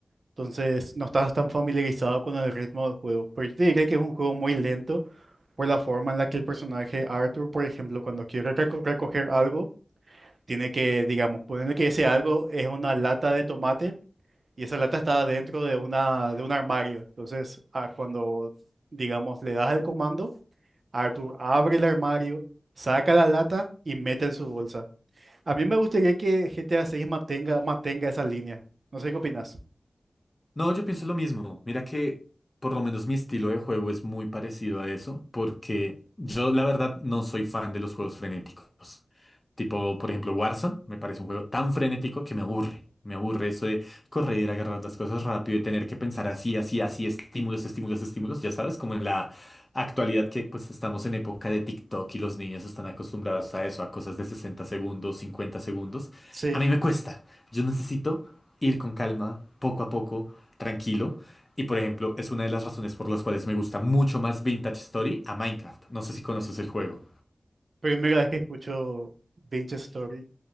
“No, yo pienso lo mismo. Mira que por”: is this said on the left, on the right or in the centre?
Left